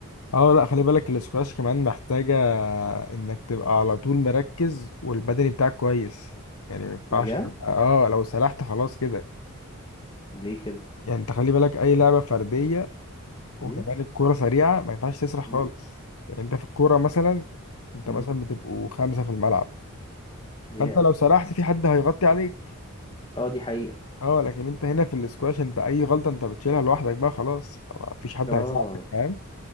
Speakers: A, on the left; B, on the left.
A: اه لا خلي بالك الاسكواش كمان محتاجة انك تبقى على طول مركز والبدني بتاعك كويس يعني ما ينفعش
B: بجد
A: تبقى- اه لو سرحت خلاص كده
B: ليه كده
A: يعني انت خلي بالك اي لعبة فردية وكمان
B: امم
A: الكورة سريعة ما ينفعش تسرح
B: مم.
A: خالص يعني انت في الكورة مثلا انت
B: امم
A: مثلا بتبقوا خمسة في الملعب
B: يا
A: فانت لو سرحت في حد هيغطي عليك
B: اه دي حقيقه
A: اه لكن انت هنا في الاسكواش انت اي غلطة انت بتشيلها لوحدك بقى خلاص ما فيش حد
B: اه
A: هيساعدك فاهم